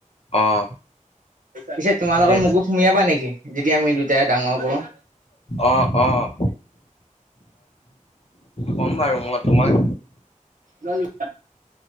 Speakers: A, on the left; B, on the right.
A: অ'
B: পিছে তোমাৰ
A: সেই
B: লগত মোকো নিবা নেকি? যেতিয়া আমি দুটাই ডাঙৰ কৰো
A: অ', অ' কম বাৰু মই তোমাক।
B: য <unintelligible>